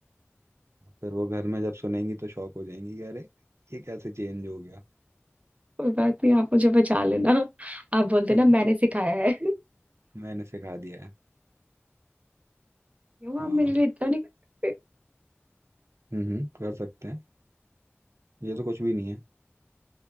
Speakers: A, on the right (about 80°); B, on the right (about 30°).
A: फिर वो घर में जब सुनेंगी तो शॉक हो जाएंगी कि अरे ये कैसे चेंज हो गया
B: कोई बात नहीं आप मुझे बचा लेना आप बोल देना
A: <laughs>
B: मैंने सिखाया है <laughs>
A: मैंने सिखा दिया है
B: क्यों
A: हाँ
B: आप मेरे लिए इतना नहीं कर सकते
A: हम्म हम्म, कर सकते हैं ये तो कुछ भी नहीं है